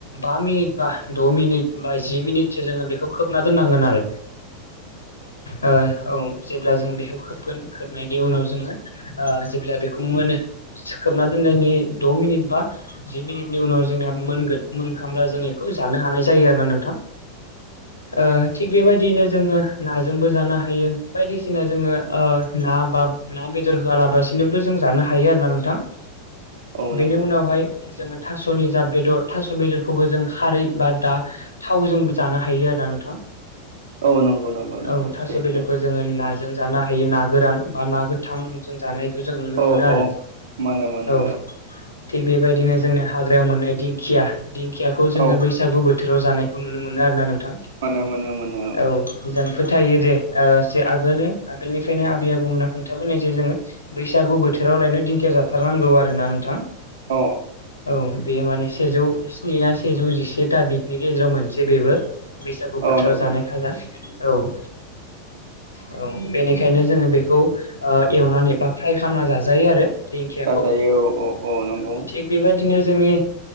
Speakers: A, on the left (about 70°); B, on the right (about 65°).
A: बा मिनिट बा द' मिनिट। बा जि मिनिटसो जोङो बेखौ खोबना दोननांगोन आरो। ओ औ। जेब्ला जों बेखौ खोबगोन खोबनायनि उनाव जोङो जेब्ला बेखौ मोनो खोबना दोननायनि द' मिनिट बा जि मिनिटनि उनाव जोंनिया मोनगोन मोनखामब्ला जों बेखौ जानो हानाय जायो आरो। ना नोंथां ओ थिग बेबायदियैनो जोङो नाजोंबो जानो हायो बायदिसि बायदिसिना जोङो ओ ना बा ना बेदर होआलाबसिनोबो जों जानो हायो आरोना नोंथां।
B: औ
A: बेनि
B: नंगौ
A: उनावहाय जोङो थास'नि जा बेदर थास' बेदरखौबो जों खारै बा दा थावजों जानो हायो आरो ना नोंथां
B: औ नंगौ नंगौ नंगौ
A: औ थावसे
B: सैथो
A: बेदरखौ जोङो जों जानो हायो ना गोरान बा ना गोथां जों जानाय बेखौ जों नुनो
B: औ
A: मोनो आरो
B: औ मोनो मोनो
A: औ। थिग बेबायदिनो जोंनि हाग्रायाव मोननाय दिंखिया दिंखियाखौ जोङो
B: औ
A: बैसागु बोथोराव जानाय खौ नुनो मोनो आरोना नोंथां
B: मोनो मोनो मोनो
A: औ मोजां। फोथायो दे जे ओ आगोल आगोलनिफ्रायनो आबै आबौमोना खोनथाबोनाय जे जोङो बैसागु बोथोर बोथोराव लायनो दिंखिया जाथारनांगौ आरो ना नोंथां?
B: औ
A: औ बेयो माने सेजौ स्नि सेजौ जिसेथा बिनि गेजेराव मोन जसे बेबो बैसागु बोथोराव
B: औ नंगौ
A: जानाय खाजा औ। औ बेनिखायनो जोङो बेखौ ओ एवनानै बा फ्राय खालामना जाजायो आरो। दिंखियाखौ
B: जाजायो औ औ नंगौ
A: औ थिग बेबायदि बिनो जोंनि